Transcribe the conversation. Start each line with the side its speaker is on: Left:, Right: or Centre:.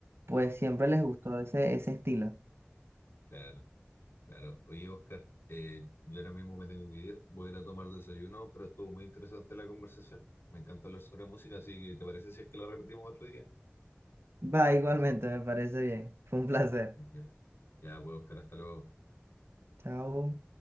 Right: pues siempre les gustó ese, ese estilo.
Left: Claro, claro. Oye, Oscar, eh, yo ahora mismo me tengo que ir, voy a ir a tomar desayuno, pero estuvo muy interesante la conversación. Me encanta hablar sobre música, así que ¿te parece si es que la repetimos otro día?
Right: Va, igualmente, me parece bien. Fue un placer.
Left: Ya, ya, pues Oscar, hasta luego.
Right: Chao.